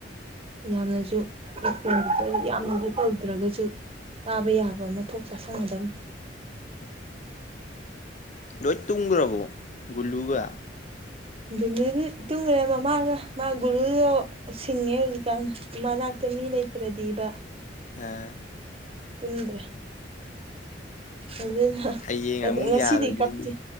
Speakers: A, on the right; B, on the left.
A: ꯑ ꯌꯥꯝꯅꯖꯨ ꯑꯦꯛꯁꯄꯦꯟꯗꯤꯆꯔ ꯌꯥꯝꯅꯖꯨ ꯇꯧꯗ꯭ꯔꯒꯁꯨ ꯆꯥꯕ ꯌꯥꯕ ꯑꯃꯊꯣꯛ ꯆꯥꯁꯤꯟꯒꯗꯝꯕꯅꯤ
B: <unintelligible> ꯂꯣꯏ ꯇꯨꯝꯒ꯭ꯔꯕꯣ ꯒꯨꯜꯂꯨꯒ
A: ꯗꯤꯅꯦꯗꯤ ꯇꯨꯝꯒꯔꯦ ꯃꯃꯥꯒ ꯃꯥ ꯒꯨꯂꯨꯗꯣ ꯁꯤꯡꯉꯦ ꯍꯧꯖꯤꯛ ꯃꯅꯥꯛꯇ ꯃꯤ ꯂꯩꯇ꯭ꯔꯗꯤꯕ
B: ꯍꯥꯥ
A: ꯇꯨꯝꯗ꯭ꯔꯦ ꯑꯗꯨꯅ
B: ꯍꯌꯦꯡ ꯑꯃꯨꯛ
A: ꯉꯁꯤꯗꯤ
B: ꯌꯥꯔꯣꯏꯗꯣꯏꯅꯤ
A: ꯀꯞꯇ°